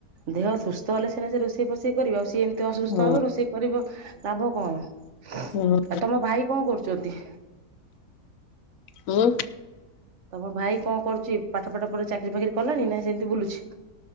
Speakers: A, on the right; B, on the left.
A: ଦେହ ସୁସ୍ଥ ହେଲେ ସିନା ସେ ରୋଷେଇ ଫୋଷେଇ କରିବ ଆଉ ସିଏ ଏତେ ଅସୁସ୍ଥ
B: ହୁଁ
A: ହେବ ରୋଷେଇ କରିବ ଲାଭ କଣ
B: ହୁଁ
A: ଆଉ ତମ ଭାଇ କଣ କରୁଛନ୍ତି?
B: ହୁଁ।
A: ତମ ଭାଇ କଣ କରୁଛି ପାଠ ପାଠ ପରେ ଚାକିରି ଫାକିରି କଲାଣି ନାଇଁ ସେମିତି ବୁଲୁଛି।